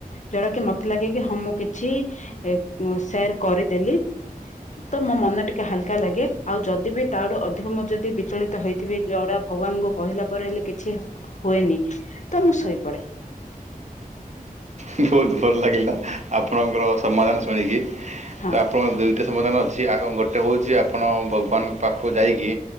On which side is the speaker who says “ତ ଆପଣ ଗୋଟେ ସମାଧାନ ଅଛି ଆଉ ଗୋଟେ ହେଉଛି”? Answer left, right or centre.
Right